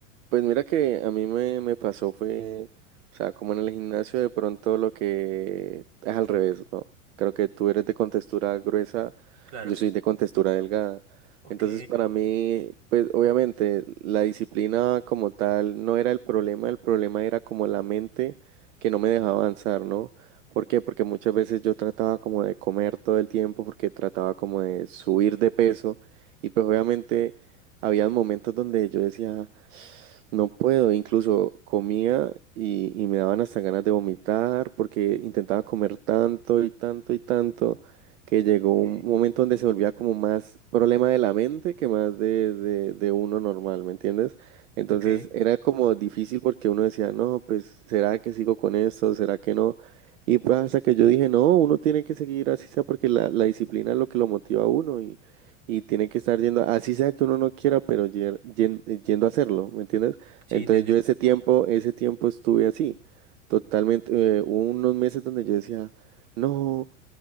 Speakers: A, on the right; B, on the right.
A: Pues mira que a mí me, me pasó fue, o sea, como en el gimnasio de pronto lo que es al revés, ¿no? Creo que tú eres de contextura gruesa,
B: Claro.
A: yo soy de contextura delgada.
B: Ok,
A: Entonces para mí, pues obviamente la disciplina como tal no era el problema, el problema era como la mente que no me dejaba avanzar, ¿no? ¿Por qué? Porque muchas veces yo trataba como de comer todo el tiempo, porque trataba como de subir de peso y pues obviamente había momentos donde yo decía... No puedo, incluso comía y, y me daban hasta ganas de vomitar porque intentaba comer tanto y tanto y tanto que llegó un
B: ok,
A: momento donde se volvía como más problema de la mente que más de, de, de uno normal, ¿me entiendes? Entonces
B: ok.
A: era como difícil porque uno decía, no, pues ¿será que sigo con esto? ¿Será que no? Y pues hasta que yo dije, no, uno tiene que seguir así sea porque la, la disciplina es lo que lo motiva a uno y, y tiene que estar yendo, así sea que uno no quiera, pero yer- yen- yendo a hacerlo, ¿me entiendes?
B: Sí,
A: Entonces
B: entendido.
A: yo ese tiempo, ese tiempo estuve así, totalmente, eh, hubo unos meses donde yo decía, no,